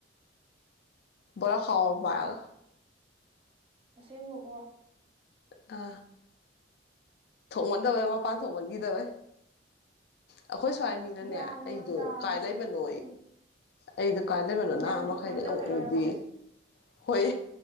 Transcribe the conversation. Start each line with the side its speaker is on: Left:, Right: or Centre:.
Left: ꯕꯣꯔꯈꯥꯎ ꯑꯃ ꯄꯥꯏꯔꯒ
Right: ꯑꯁꯦꯡꯕꯀꯣ
Left: ꯑ ꯊꯣꯡꯃꯟꯗꯕ ꯄꯥꯡ ꯊꯣꯡꯃꯟꯒꯤ ꯇꯕ ꯑꯩꯈꯣꯏ ꯁ꯭ꯋꯥꯏ ꯃꯤꯅꯅꯦ
Right: ꯒ꯭ꯌꯥꯟꯒ
Left: ꯑꯩꯗꯣ
Right: ꯇꯥꯗꯦ
Left: ꯀꯥꯏ ꯂꯩꯕꯅꯣ
Right: ꯎꯝ
Left: ꯑꯩꯗꯣ ꯀꯥꯏ ꯂꯩꯕꯅꯣ ꯅꯍꯥ
Right: ꯅꯪ ꯊꯣꯛꯃꯟꯗꯕꯩ
Left: ꯃꯈꯩꯗꯤ ꯌꯥꯝꯛ
Right: ꯑꯣꯏꯔꯝꯅꯦ
Left: ꯎꯗꯦ ꯍꯣꯏ